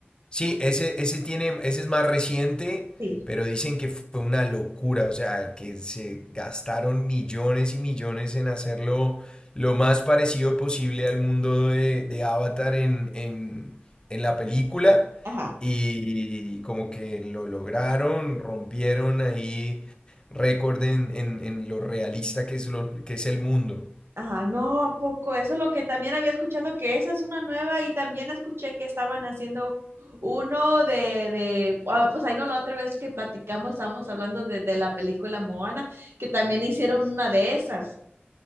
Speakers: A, on the left; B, on the right.
A: Sí, ese, ese tiene, ese es más reciente,
B: Sí.
A: pero dicen que fue una locura, o sea, que se gastaron millones y millones en hacerlo lo más parecido posible al mundo de, de Avatar en, en, en la película
B: Ajá.
A: y como que lo lograron, rompieron ahí récord en, en- en lo realista que es, lo, que es el mundo.
B: Ajá, no, ¿a poco? Eso es lo que también había escuchado, que esa es una nueva y también escuché que estaban haciendo uno de, de, ah, pues ahí no, la otra vez que platicamos, estábamos hablando de, de la película Moana, que también hicieron una de esas.